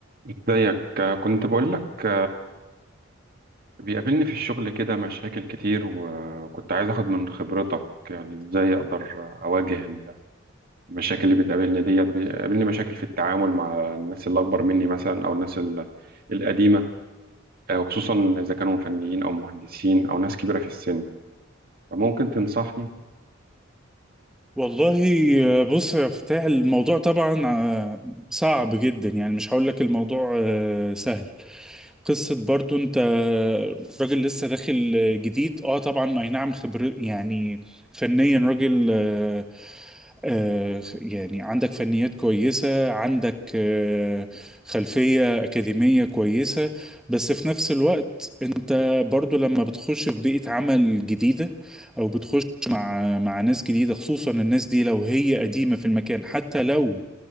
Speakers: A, on the right; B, in the centre.
A: ازيك آه، كنت بقول لك بيقابلني في الشغل كده مشاكل كتير و- وكنت عايز اخد من خبرتك يعني ازاي اقدر اواجه المشاكل اللي بتقابلني ديت بيقابلني مشاكل في التعامل مع الناس اللي اكبر مني مثلا او الناس ال- القديمة آه، وخصوصا اذا كانوا فنيين او مهندسين او ناس كبيرة في السن فممكن تنصحني
B: والله آه، بص يا فتاح الموضوع طبعا آه، صعب جدا يعني مش هقول لك الموضوع آه، سهل قصة برضو انت آه، راجل لسه داخل آه، جديد اه طبعا اي نعم خبر يعني فنيا راجل آه، آه، يعني عندك فنيات كويسة عندك آه، خلفية أكاديمية كويسة بس في نفس الوقت انت برضو لما بتخش في بيئة عمل جديدة او بتخش مع مع ناس جديدة خصوصا الناس دي لو هي قديمة في المكان حتى لو